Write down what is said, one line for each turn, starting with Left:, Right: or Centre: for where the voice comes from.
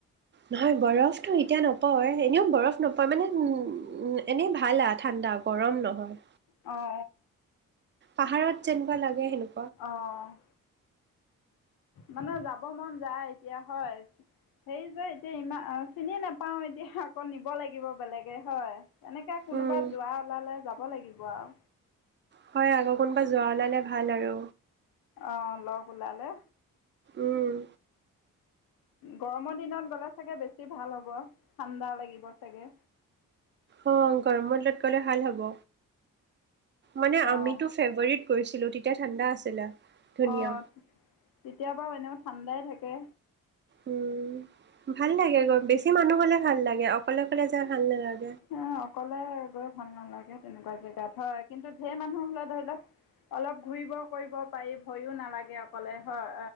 Right: নহয় বৰফতটো এতিয়া নপৰে এনেও বৰফ নপৰে মানে উ এনেই ভাল আও ঠাণ্ডা গৰম নহয়।
Left: অ, অ,
Right: পাহাৰত যেনেকুৱা লাগে সেনেকুৱা?
Left: অ' মানে যাব মন যায় এতিয়া হয় হেৰি যে এতিয়া ইমান চিনি নোপাওঁ এতিয়া আকৌ নিব লাগিব বেলেগে হয়। এনেকে কোনোবা
Right: উম।
Left: যোৱা ওলালে যাব লাগিব আৰু।
Right: হয় আগৰ কোনোবা যোৱা ওলালে ভাল আৰু
Left: অ' লগ ওলালে।
Right: উম,
Left: গৰমৰ দিনত গ'লে চাগে বেছি ভাল হ'ব ঠাণ্ডা লাগিব চাগে।
Right: অ' গৰমৰ দলত গলে ভাল হ'ব। মানে
Left: অঁ
Right: আমিটো ফেব্ৰুৱাৰীত গৈছিলোঁ। এতিয়া ঠাণ্ডা আছিলে। ধুনীয়া,
Left: অ' তেতিয়া বাৰু এনেও ঠাণ্ডা। ঠাণ্ডাই থাকে।
Right: উম, ভাল লাগে গৈ বেছি মানুহ হ'লে। ভাল লাগে অকলে অকলে যাই ভাল নালাগে।
Left: হ' অকলে গৈ ভাল নালাগে। তেনেকুৱা জেগাত হয় কিন্তু ঢেৰ মানুহ হলে ধৰি লওক অলপ ঘূৰিব কৰিব পাৰি ভয়ো নালাগে অকলে হয়